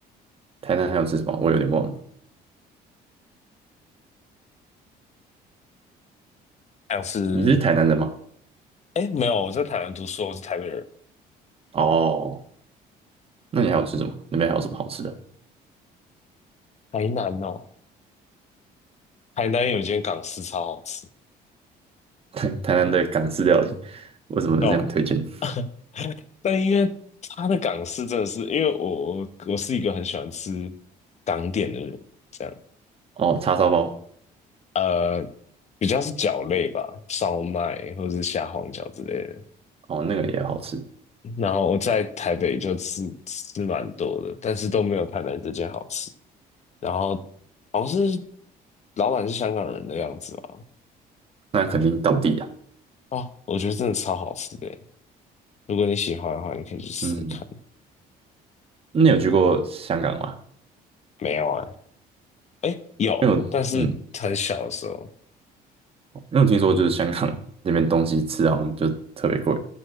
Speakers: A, on the right; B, on the left.
A: 台南还有吃什么，我有点忘了。
B: 像是
A: 你是台南人吗？
B: 诶，没有，我在台南读书，我是台北人，
A: 哦，那你还有吃什么？那边还有什么好吃的？
B: 台南哦，台南有一间港式超好吃，
A: <laughs> 台台南的港式料理，为什么是这样推荐？
B: 对吧？<laughs> 但因为它的港式真的是，因为我我我是一个很喜欢吃港点的人，这样
A: 哦，叉烧包，
B: 呃比较是饺类吧，烧麦或者是虾皇饺之类的。
A: 哦，那个也好吃，
B: 然后我在台北就吃吃蛮多的，但是都没有台南这间好吃。然后好像是老板是香港人的样子吧？
A: 那肯定道地啊。
B: 哦，我觉得真的超好吃的耶如果你喜欢的话，你可以去试试看。
A: 嗯，那你有去过香港吗？
B: 没有啊，哎，有，
A: 因为我嗯，
B: 但是很小的时候。
A: 因为我听说就是香港那边东西吃好像就特别贵，